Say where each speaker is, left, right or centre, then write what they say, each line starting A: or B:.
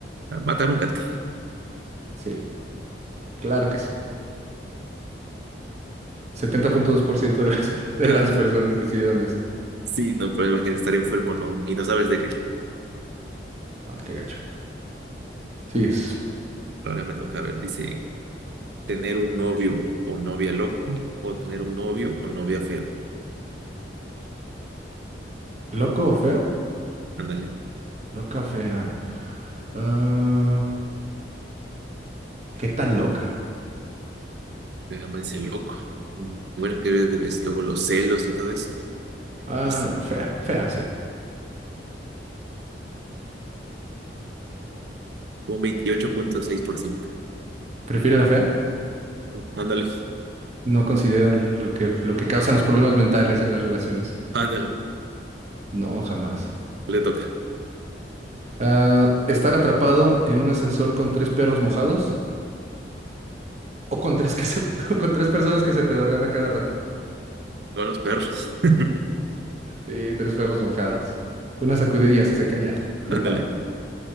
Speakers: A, on the right (about 65°); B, on the right (about 40°).
A: Matar un gato.
B: Sí, claro que sí. 70.2% de las, de
A: <laughs>
B: las personas decidieron ese.
A: Sí, no, pero imagínate estar enfermo, no. Y no sabes de qué.
B: No, qué gacho. ¿Sigues?
A: Ahora me toca, a ver, dice, tener un novio o novia loco o tener un novio o novia feo.
B: ¿Loco o feo?
A: Ándale.
B: Loca o fea. Ah, Qué tan loca.
A: Venga, me dice loco. Mm, Bueno, que ves luego los celos y todo eso.
B: Ah,
A: Pues,
B: no, fea, fea, sí.
A: un veintiocho punto seis por ciento
B: ¿Prefiere la fea?
A: Ándale,
B: No consideran lo que, lo que causan los problemas mentales en las relaciones.
A: ándale,
B: No, jamás.
A: le toca.
B: Ah, estar atrapado en un ascensor con tres perros mojados o con tres que se, <laughs> con tres personas que se pedorrean a cada rato.
A: Con los perros. <laughs>
B: Sí, tres perros mojados. Una sacudida y ya se secan, ya. Le
A: Ándale.
B: paran.